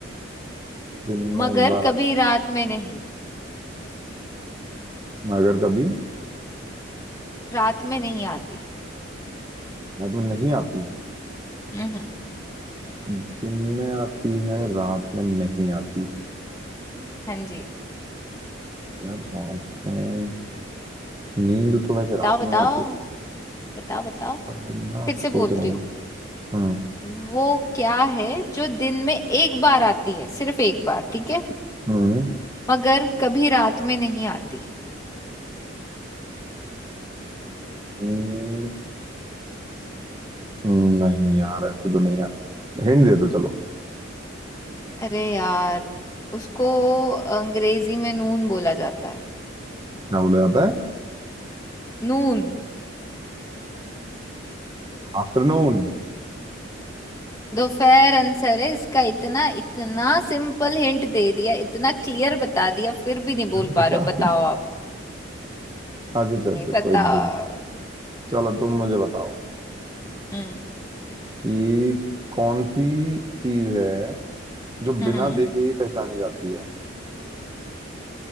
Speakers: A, on the right; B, on the left.
A: दिन में
B: मगर
A: एक बार
B: कभी
A: आती
B: रात में नहीं
A: मगर कभी
B: रात में नहीं आती
A: रात में नहीं आती
B: हम्म
A: दिन में आती है रात में नहीं आती
B: हाँ जी
A: यार रात में नींद तो वैसे
B: बताओ
A: रात
B: बताओ
A: में ही आती है
B: बताओ बताओ
A: तो वही ना
B: फिर
A: मैं
B: से
A: सोच
B: बोलती
A: रहा हूँ
B: हूँ
A: हाँ
B: वो क्या है जो दिन में एक बार आती है सिर्फ एक बार ठीक है
A: हम्म
B: मगर कभी रात में नहीं आती
A: हम्म, नहीं यार ऐसे तो नहीं यार हिंट दे दो चलो
B: अरे यार उसको अंग्रेजी में नून बोला जाता है
A: क्या बोला जाता है
B: नून
A: आफ्टरनून
B: दोपहर आंसर है इसका इतना इतना सिंपल हिंट दे दिया इतना क्लियर बता दिया फिर भी नहीं
A: <laughs>
B: बोल पा रहे
A: यार
B: हो बताओ आप
A: अच्छा अच्छा अच्छा
B: नहीं बताओ
A: कोई नहीं कोई नहीं चलो तुम मुझे बताओ
B: हम्म
A: कि कौन सी चीज है जो
B: हम्म
A: बिना देखे ही पहचानी जाती है